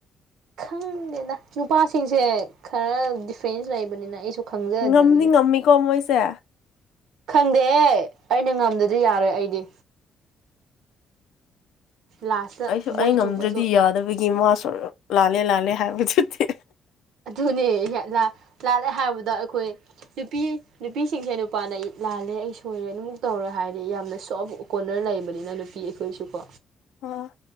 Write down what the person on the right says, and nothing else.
ꯈꯪꯗꯦꯗ ꯅꯨꯄꯥꯁꯤꯡꯁꯦ ꯈꯔ ꯗꯤꯐ꯭ꯔꯦꯟꯁ ꯂꯩꯕꯅꯤꯅ ꯑꯩꯁꯨ ꯈꯪꯖꯗ꯭ꯔꯦ
ꯑꯗꯨꯗꯤ
ꯈꯪꯗꯦꯍꯦ ꯑꯩꯅ ꯉꯝꯗꯗꯤ ꯌꯥꯔꯣꯏ ꯑꯩꯗꯤ ꯂꯥꯁꯇ
ꯃꯣꯏ
ꯆꯨꯝꯃꯁꯨ
ꯑꯗꯨꯅꯦ ꯂꯥ ꯂꯥꯜꯂꯦ ꯍꯥꯏꯕꯗ ꯑꯩꯈꯣꯏ ꯅꯨꯄꯤ ꯅꯨꯄꯤꯁꯤꯡꯁꯦ ꯅꯨꯄꯥꯅ ꯑꯩ ꯂꯥꯜꯂꯦ ꯑꯩ ꯁꯣꯏꯔꯦ ꯑꯗꯨꯃꯨꯛ ꯇꯧꯔꯣꯢ ꯍꯥꯏꯔꯗꯤ ꯌꯥꯝꯅ ꯁꯣꯐ ꯀꯣꯟꯅꯔ ꯂꯩꯕꯅꯤꯅ ꯅꯨꯄꯤ ꯑꯩꯈꯣꯏꯁꯨꯀꯣ